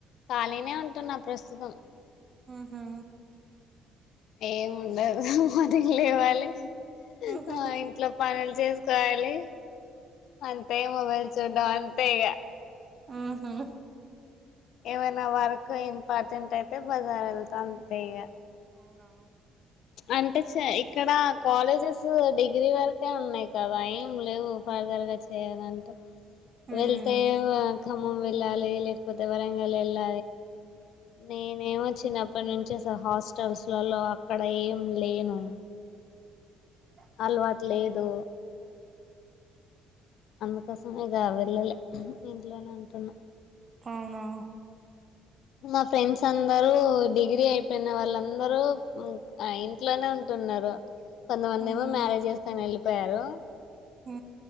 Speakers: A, on the left; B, on the right.
A: ఖళిన ఉంట అంట నా ప్రస్తుతం
B: ఆహా
A: ఏంండదు మదం లేవాలి
B: ఊహుహు
A: ఆ ఇంట్లో పనులు చేసుకోవాలి అంతే మొబైల్ చూంట అంతేగా
B: ఆహా
A: ఏమైనా వర్క్ ఇంపార్టెంట్ అయితే బజార్ వెళ్తంటే ఇగ
B: అవునా
A: అంటే ఇక్కడ కాలేజెస్ డిగ్రీ వరకే ఉన్నాయి్ కదా ఏం లేవు ఫర్దర్గా చేయాలంటే
B: మ్మ్
A: వెళ్తే మ్మం ఎళ్ళాలి లేకపోతే వరంగాల ఎల్ాల నేనేమోచ్చినప్పటి నుంచిస హాస్టల్స్లలో అక్కడ ఏ లేను
B: ఇకా
A: అలవాటు లేదు అందుకోసం ఇది వెల్లాలి ఇంట్లోనే ఉంటున్నా
B: పవునా
A: మా ఫ్రెండ్స్ అందరూ డిగ్రీ అయిపోయిన వాళ్ళందరూ ఆ ఇంట్లోనే ఉంటున్నారు కొంతమంది
B: మ్మ్
A: ఏమో మ్యారేజ్ చేస్కొని వెళ్ళిపోయారు
B: హ